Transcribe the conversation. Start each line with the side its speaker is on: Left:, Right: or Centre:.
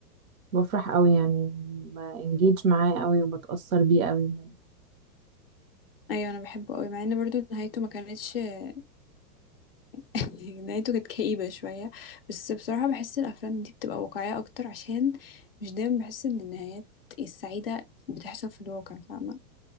Right: بفرح قوي يعني بانجيج معاه قوي وبتأثر بيه قوي بجد.
Left: ايوه انا بحبه قوي مع ان برضو نهايته ما كانتش آه <laughs> نهايته كانت كئيبة شوية بس بصراحة بحس الافلام دي بتبقى واقعية اكتر عشان مش دايما بحس ان النهايات السعيدة بتحصل في الواقع فاهمة